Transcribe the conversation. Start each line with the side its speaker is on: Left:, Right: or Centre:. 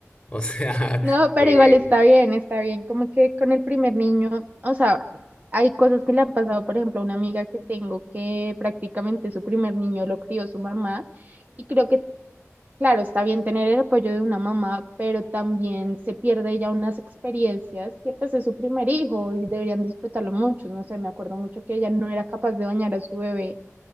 Left: O sea,
Right: No,
Left: <laughs>
Right: pero
Left: eh,
Right: igual está bien, está bien. Como que con el primer niño, o sea, hay cosas que le han pasado, por ejemplo, a una amiga que tengo que prácticamente su primer niño lo crió su mamá y creo que, claro, está bien tener el apoyo de una mamá, pero también se pierde ya unas experiencias que pues es su primer hijo y deberían disfrutarlo mucho. No sé, me acuerdo mucho que ella no era capaz de bañar a su bebé